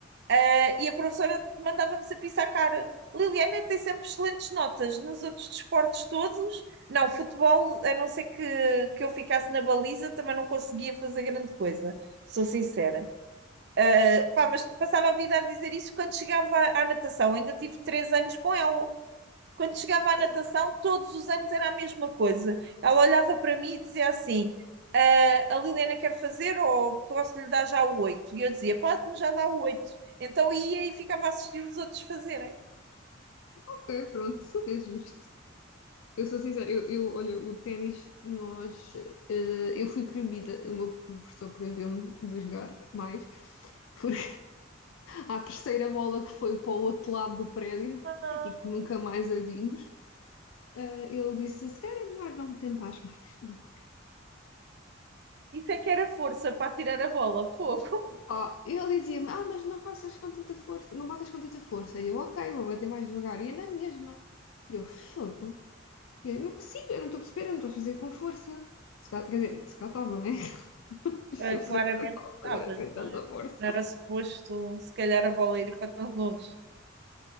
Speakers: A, on the right (about 55°); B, on the left (about 70°).
A: Ah, e a professora mandava-me sempre isso à cara. Liliana tem sempre excelentes notas nos outros desportos todos. Não, futebol, a não ser que, que eu ficasse na baliza, também não conseguia fazer grande coisa, sou sincera. Ah, pá, mas passava a vida a dizer isso quando chegava à, à natação. Ainda tive três anos com ela. Quando chegava
B: Nossa,
A: à natação, todos os anos era a mesma coisa. Ela olhava para mim e dizia assim: "Ah, a Liliana quer fazer ou posso lhe dar já o oito? E eu dizia: pode-me já dar o oito. Então ia e ficava a assistir os outros fazerem.
B: Ok, pronto, é justo. Eu sou sincera, eu, eu olha, o ténis, nós, eh, eu fui proibida, o meu professor proibiu-me de jogar mais, porque à terceira bola que foi para o outro lado do prédio
A: Ah,
B: e que nunca mais a vimos, eh, ele disse: Se calhar é melhor não tentares mais. E eu, ok.
A: Isso é que era força para tirar a bola, fogo.
B: Opa, ele dizia-me: Ah, mas não faças com tanta força, não batas com tanta força. E eu, ok, vou bater mais devagar. E é na mesma. E eu, fogo. E eu, eu não consigo, eu não estou a perceber, eu não estou a fazer com força. Quer dizer, se calhar estava, né? <laughs>
A: eh,
B: eu
A: claramente
B: para mim não estava a
A: estavas,
B: fazer assim tanta
A: não é?
B: força.
A: Não era suposto, se calhar, a bola ir para tão longe.